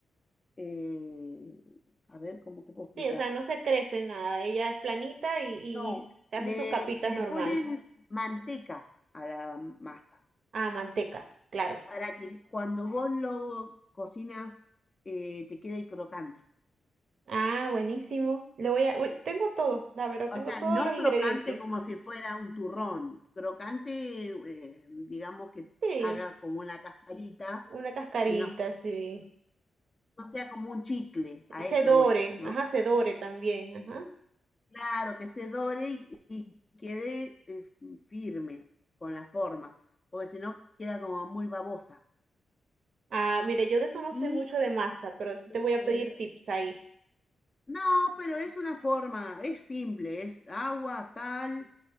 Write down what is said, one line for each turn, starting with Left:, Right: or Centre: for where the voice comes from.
Left: eh, a ver, ¿cómo te puedo explicar?
Right: Sí, o sea, no se crece nada. Ella es planita y,
Left: No,
Right: y se hace
Left: le,
Right: sus capitas
Left: le
Right: normal.
Left: ponen manteca a la masa
Right: Ah, manteca, claro.
Left: para que cuando vos lo cocinas eh, te quede crocante.
Right: Ah, buenísimo. Le voy a, uy, tengo todo, la verdad, tengo
Left: O sea,
Right: todos
Left: no
Right: los ingredientes.
Left: crocante como si fuera un turrón, crocante, eh, digamos que
Right: Sí,
Left: haga como una cascarita
Right: una cascarita,
Left: y no,
Right: sí.
Left: no sea como un chicle, a
Right: Sedore,
Left: eso voy, ¿no?
Right: ajá, sedore también, ajá.
Left: Claro, que se dore y, y quede eh, firme con la forma, porque si no queda como muy babosa.
Right: Ah, mire, yo de eso no
Left: Y
Right: sé mucho de masa, pero sí te voy
Left: eh,
Right: a pedir tips ahí.
Left: no, pero es una forma, es simple, es agua, sal,